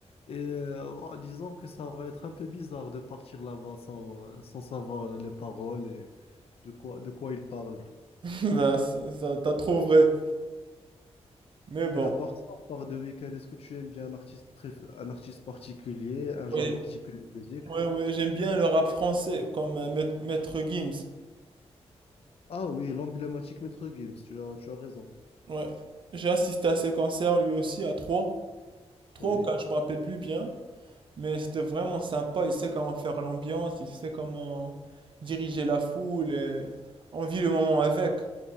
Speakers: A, on the left; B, on the right.
A: Et euh, en disant que ça va être un peu bizarre de partir là-bas sans, sans savoir les paroles et de quoi, de quoi ils parlent.
B: <laughs> Ben, ça, ça- t'as trop vrai. Mais bon.
A: Et à part ça, à part The Weeknd, est-ce que tu aimes bien un artiste, préf- un artiste particulier, un genre
B: Ouais,
A: particulier de musique?
B: ouais, ouais, j'aime bien le rap français, comme euh, Maît- Maître Gims.
A: Ah oui, l'emblématique Maître Gims, tu as, tu as raison.
B: Ouais. J'ai assisté à ses concerts lui aussi à trois. Trois
A: Oui.
B: ou quatre, je me rappelle plus bien. Mais c'était vraiment sympa, il sait comment faire l'ambiance, il sait comment diriger la foule et on vit le moment avec.